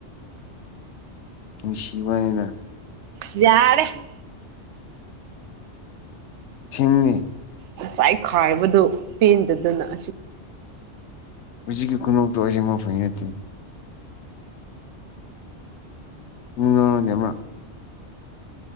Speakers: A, on the left; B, on the right.
A: ꯅꯨꯡꯁꯤꯕꯅꯤꯗ
B: ꯌꯥꯔꯦ
A: ꯁꯤꯃꯃꯤ <inaudible>
B: ꯉꯁꯥꯏ ꯈꯥꯏꯕꯗꯨ ꯄꯦꯟꯗꯗꯅ ꯑꯁꯤ
A: ꯍꯧꯖꯤꯛꯀꯤ ꯈꯨꯨꯅꯣꯛꯇꯣ ꯑꯁꯤꯡꯃꯛ <inaudible> ꯅꯠꯇꯦ ꯅꯣꯛꯑꯣ ꯅꯦ ꯑꯃꯔꯛ